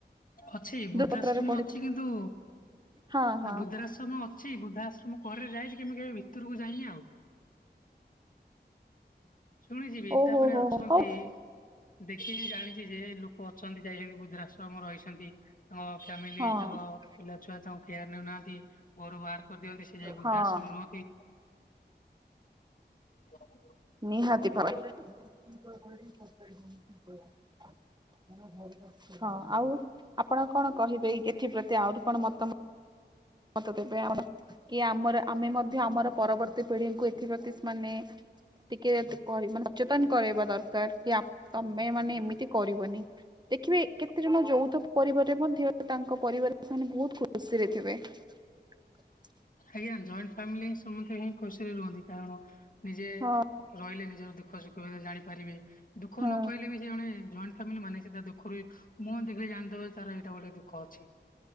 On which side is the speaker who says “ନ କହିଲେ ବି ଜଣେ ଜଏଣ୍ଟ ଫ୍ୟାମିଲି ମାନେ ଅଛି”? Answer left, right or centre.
Left